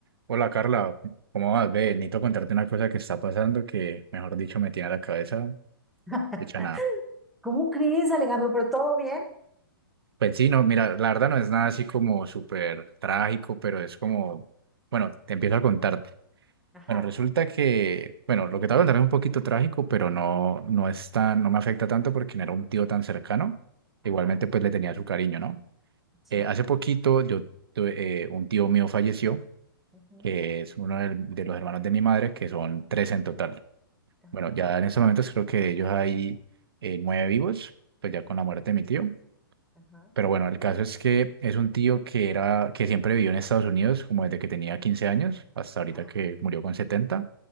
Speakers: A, on the right; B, in the centre.
A: Hola Carla, ¿cómo vas? Ve, necesito contarte una cosa que está pasando que, mejor dicho, me tiene la cabeza
B: <laughs>
A: hecha nada.
B: ¿Cómo crees, Alejandro? ¿Pero todo bien?
A: Pues sí, no, mira, la verdad no es nada así como súper trágico, pero es como, bueno, te empiezo a contarte.
B: Ajá,
A: Bueno, resulta que, bueno, lo que te voy a contar es un poquito trágico, pero no, no es tan, no me afecta tanto porque no era un tío tan cercano. Igualmente,
B: ajá,
A: pues le tenía su cariño, ¿no?
B: sí.
A: Eh, hace poquito yo tuve, eh, un tío mío falleció,
B: Ujú,
A: que es uno del- de los hermanos de mi madre, que son tres en total.
B: Ajá,
A: Bueno, ya en ese momento creo que ellos hay eh, nueve vivos, pues ya con la muerte de mi tío.
B: ajá,
A: Pero bueno, el caso es que es un tío que era, que siempre vivió en Estados Unidos, como desde que tenía 15 años hasta ahorita
B: ajá,
A: que murió con setenta